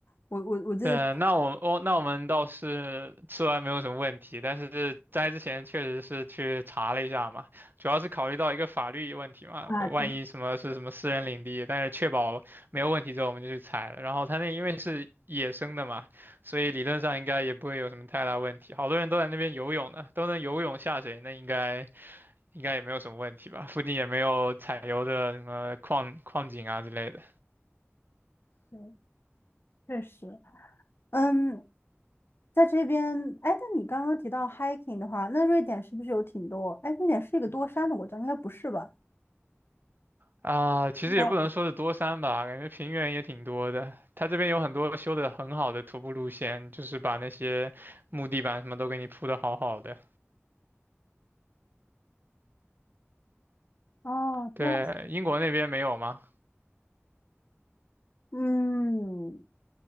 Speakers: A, on the left (about 55°); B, on the right (about 45°).
A: 我我我记得是
B: 对，那我我那我们倒是吃完没有什么问题，但是摘之前确实是去查了一下嘛，主要是考虑到一个法律问题嘛，
A: 啊，
B: 万一什么是什么私人领地，
A: 确
B: 但是确保没有问题之后我们就去采了。然后它那因为是野生的嘛，所以理论上应该也不会有什么太大问题。好多人都在那边游泳呢，都能游泳下水，那应该应该也没有什么问题吧？附近也没有采油的什么矿矿井啊之类的。
A: 实确实，嗯，在这边，哎，但你刚刚提到 hiking 的话，那瑞典是不是有挺多？哎，瑞典是一个多山的国家，应该不是吧？
B: 啊，其实也不能说是多山吧，
A: 哦，
B: 感觉平原也挺多的。它这边有很多修的很好的徒步路线，就是把那些木地板什么都给你铺的好好的。
A: 哦这样，
B: 对，英国那边没有吗？
A: 嗯，